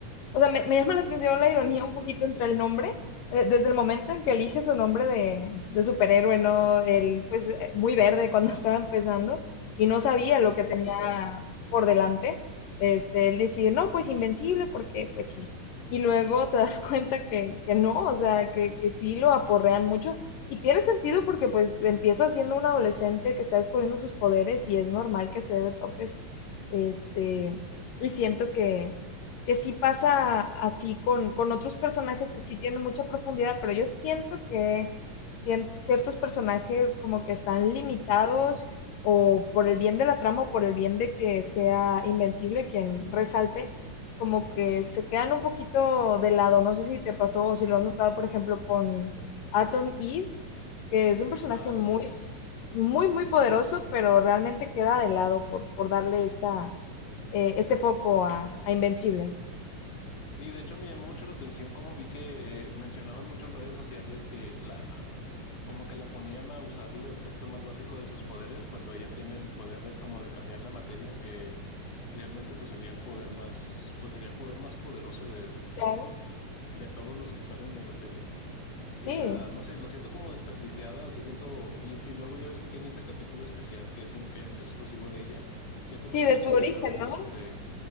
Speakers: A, on the left; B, on the left.
A: o sea, me, me llama la atención la ironía un poquito entre el nombre, eh, desde el momento en que elige su nombre de, de superhéroe, ¿no? El, pues, eh, muy verde cuando <laughs> estaba empezando y no sabía
B: sí.
A: lo que tenía por delante. Este, él decide no, pues invencible, porque pues sí. Y luego te das <laughs> cuenta que, que no, o sea, que, que sí lo aporrean mucho. Y tiene sentido porque pues empieza siendo un adolescente que está descubriendo sus poderes y es normal que se dé de topes. Este, y siento que, que sí pasa así con, con otros personajes que sí tienen mucha profundidad, pero yo siento que cien- ciertos personajes como que están limitados o por el bien de la trama o por el bien de que sea Invencible quien resalte, como que se quedan un poquito de lado. No sé si te pasó o si lo has notado, por ejemplo, con Atom Eve, que es un personaje
B: Ah,
A: muy,
B: sí.
A: s- muy, muy poderoso, pero realmente queda de lado por, por darle esta, eh, este foco a, a Invencible.
B: Sí, de hecho me llamó mucho la atención como vi que eh, mencionaban mucho en redes sociales que la, como que la ponían a usar el aspecto más básico de sus poderes cuando ella tiene el poder de como de cambiar la materia, que realmente pues sería el poder más, pues sería el poder más poderoso de,
A: Claro,
B: de todos los que salen en la serie. Sí,
A: sí,
B: la, no sé, la siento como desperdiciada, sí siento, y, y luego ya ves que tiene este capítulo especial que es, in- que es exclusivo de ella, siento
A: sí,
B: como
A: de
B: que
A: su
B: se encargaron
A: origen,
B: mucho
A: ¿no?
B: de,